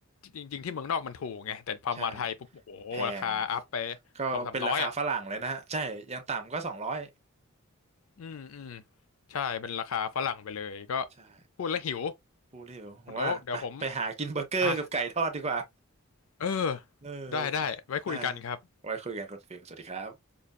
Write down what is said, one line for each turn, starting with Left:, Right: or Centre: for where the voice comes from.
Left: จริงๆที่เมืองนอกมันถูกไงแต่พอมาไทยปุ๊บโอ้โหราคาอัพไป
Right: ใช่แพง ก็เป็นราคาฝรั่งเลยนะฮะใช่ยังต่ำก็สองร้อย
Left: สองสามร้อยอ่ะ อืมอืมใช่เป็นราคาฝรั่งไปเลยก็
Right: ใช่
Left: พูดแล้วหิว
Right: พูดเร็วผมว่าไปไปหากินเบอร์เกอร์กับไก่ทอดดีกว่า
Left: คุณโอ๊คเดี๋ยวผมอ่ะเออ
Right: เออโอเคได้
Left: ได้ได้ไว้คุยกันครับ
Right: ไว้คุยกันคุณฟิลสวัสดีครับ